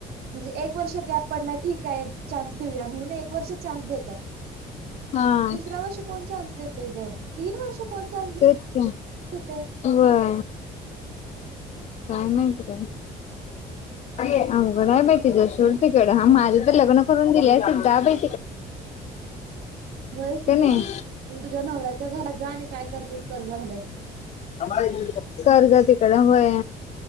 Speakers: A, on the right; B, on the left.
A: म्हणजे एक वर्ष गॅप पडलाय. ठीक आहे. चान्स देऊया म्हणून एक वर्ष चान्स देतात.
B: हा
A: दुसऱ्या वर्ष कोण चान्स देतय ग. तीन वर्ष कोण चान्स
B: तेच की
A: देतय.
B: व्हयं. काय माहती काय? अवघड आहे बाई तिचं सोड. तिकडं हा माझी तर लग्न करून दिले सुद्धा बै
A: होय कि
B: का नाही
A: मग तू तुझ्या नवऱ्याच्या घरात जा आणि काय कर जा म्हणल्यास तू.
B: करजा ते. होय